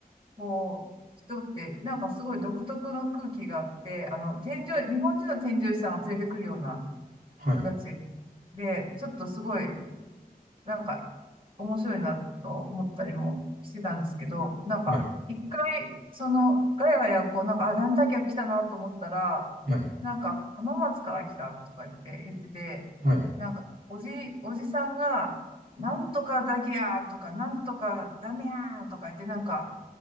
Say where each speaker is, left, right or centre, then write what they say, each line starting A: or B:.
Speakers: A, on the right (about 35°); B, on the right (about 65°).
A: こう、人って、なんかすごい独特の空気があって、あの、添乗員、日本人の添乗員さんが連れてくるような
B: はい。
A: 人たちで、ちょっとすごい、なんか、面白いなと思ったりもしてたんですけど、なんか、
B: はい。
A: 一回、その、ガヤガヤ、こう、なんか、あ、団体客来たなと思ったら、
B: はい。
A: なんか、浜松から来たとか言って、言ってて、
B: はい。
A: なんか、おじ、おじさんが、なんとかだぎゃーとか、なんとかダメやーとか言って、なんか、